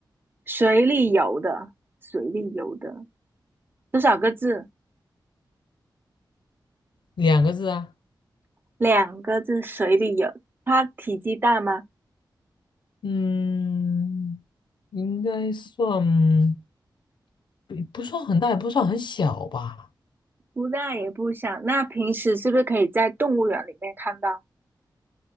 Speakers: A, on the right; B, on the left.
A: 水里游的，水里游的，多少个字？
B: 两个字啊，
A: 两个字，水里游。它体积大吗？
B: 嗯，应该算不不算很大，也不算很小吧。
A: 不大也不小。那平时是不是可以在动物园里面看到？